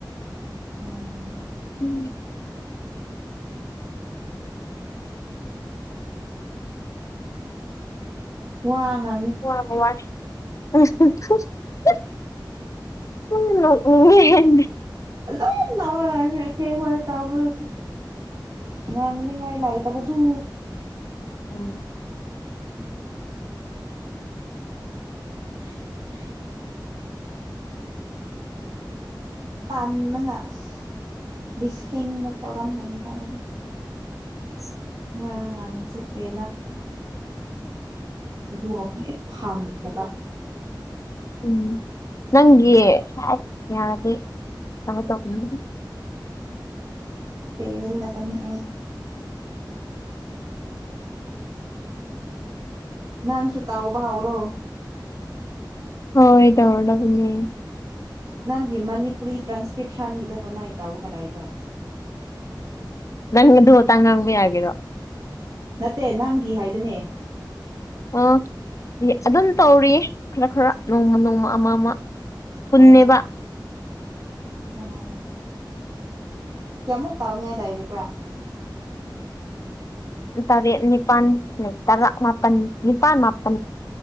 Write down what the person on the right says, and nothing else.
ꯎꯝ
ꯋꯥꯉ
ꯑꯗꯨꯝ ꯇꯧꯔ ꯂꯔꯕ ꯂꯩꯇꯦ ꯑꯈꯣꯏ ꯊꯧꯕꯗꯣ ꯉꯥꯡꯒꯅꯤꯡꯉꯥꯏ ꯂꯩꯇꯕꯗꯨ
<unintelligible> ꯇꯥꯟꯕꯅ ꯑꯁ ꯂꯤꯗꯤꯁꯦꯡꯃ ꯇꯧꯔꯝꯒꯟ ꯇꯥꯏ
ꯋꯥ ꯉꯥꯢꯕꯁꯦ ꯄꯦꯂꯛꯈ꯭ꯔ‌ꯦ ꯑꯗꯨꯒ ꯍꯦꯛ ꯐꯪꯗꯕ
ꯄꯦꯟꯗꯕꯅꯤ ꯑꯩ ꯅꯥꯟꯁꯨ ꯇꯧꯕꯥꯍꯧꯔꯣ
ꯅꯪꯒꯤ ꯃꯅꯤꯄꯨꯔꯤ ꯇ꯭ꯔꯥꯟꯁꯀ꯭ꯔꯤꯞꯁꯟꯒꯤꯗꯣ ꯀꯃꯥꯏꯅ ꯇꯧꯔꯒꯂꯩꯕ꯭ꯔꯥ
ꯅꯠꯇꯦ ꯅꯪꯒꯤ ꯍꯥꯏꯕꯅꯦ
ꯑꯣ ꯑꯣ ꯀꯦꯃꯣ ꯇꯥꯥꯎꯅꯤ ꯍꯥꯏꯥꯏ ꯗꯏꯔꯤ ꯄ꯭ꯔꯥ